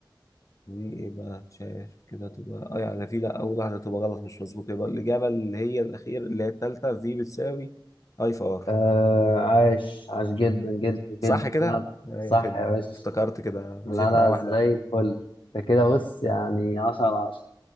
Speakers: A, on the left; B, on the left.
A: في ايه بقى مش عارف كده تبقى اي على في لا اول واحده تبقى غلط مش مظبوطه يبقى الاجابه اللي هي الاخير اللي هي التالته في بتساوي اي في ار
B: آه عاش عاش جدا جدا
A: صح
B: جدا
A: كده
B: لا،
A: آه،
B: صح
A: يا خدمة
B: يا باشا
A: افتكرت كده
B: لا
A: مشيت
B: لا
A: معاه واحدة
B: زي
A: واحدة
B: الفل ده كده بص يعني 10 على 10